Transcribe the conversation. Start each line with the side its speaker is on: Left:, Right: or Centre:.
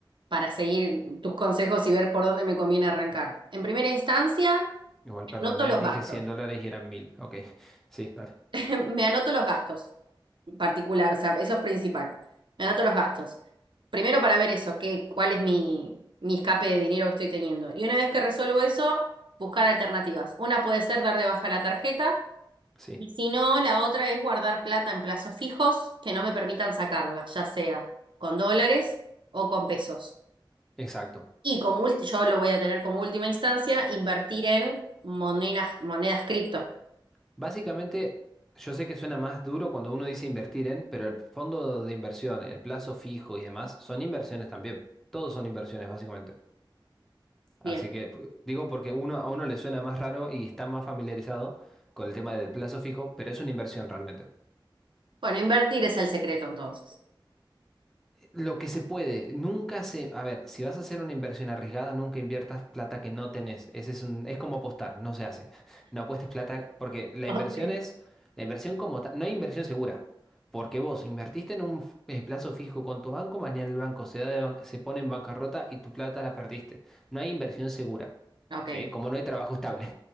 Right: para seguir tus consejos y ver por dónde me conviene arrancar. En primera instancia,
Centre: Igual, perdón,
Right: anoto
Centre: eh,
Right: los
Centre: dije
Right: gastos.
Centre: 100 dólares y eran 1000 Ok, <laughs> sí, dale.
Right: <laughs> Me anoto los gastos en particular, o sea, eso es principal. Me anoto los gastos. Primero para ver eso, qué, cuál es mi, mi escape de dinero que estoy teniendo. Y una vez que resuelvo eso, buscar alternativas. Una puede ser dar de baja la tarjeta,
Centre: Sí,
Right: y si no, la otra es guardar plata en plazos fijos que no me permitan sacarla, ya sea con dólares o con pesos.
Centre: exacto.
Right: Y como ulti- yo lo voy a tener como última instancia, invertir en monedas, monedas cripto.
Centre: Básicamente, yo sé que suena más duro cuando uno dice invertir en, pero el fondo de inversión, el plazo fijo y demás son inversiones también. Todos son inversiones, básicamente. Así
Right: Bien.
Centre: que pu- digo porque uno a uno le suena más raro y está más familiarizado con el tema del plazo fijo, pero es una inversión realmente.
Right: Bueno, invertir es el secreto entonces.
Centre: Lo que se puede, nunca se, a ver, si vas a hacer una inversión arriesgada, nunca inviertas plata que no tenés. Ese es un, es como apostar, no se hace. <laughs> No apuestes plata porque la
Right: Ok.
Centre: inversión es, la inversión como tal, no hay inversión segura. Porque vos invertiste en un eh, plazo fijo con tu banco, mañana el banco se da de ban- se pone en bancarrota y tu plata la perdiste. No hay inversión segura,
Right: Ok.
Centre: ¿sí? Como no hay trabajo estable.